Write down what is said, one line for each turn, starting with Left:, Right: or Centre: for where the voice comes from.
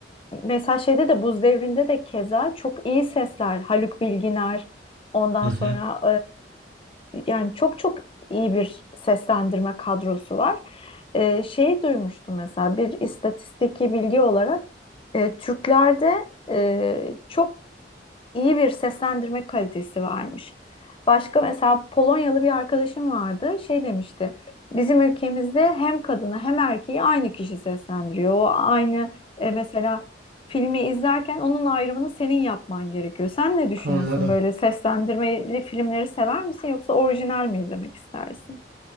Left: mesela şeyde de Buz Devri'nde de keza çok iyi sesler. Haluk Bilginer ondan
Right: Hı
Left: sonra
Right: hı.
Left: e, yani çok çok iyi bir seslendirme kadrosu var. E, şeyi duymuştum mesela bir istatistiki bilgi olarak e, Türklerde e, çok iyi bir seslendirme kalitesi varmış. Başka mesela Polonyalı bir arkadaşım vardı. Şey demişti. Bizim ülkemizde hem kadını hem erkeği aynı kişi seslendiriyor. O aynı e, mesela filmi izlerken onun ayrımını senin yapman gerekiyor. Sen ne düşünüyorsun
Right: Anladım.
Left: böyle seslendirmeli filmleri sever misin yoksa orijinal mi izlemek istersin?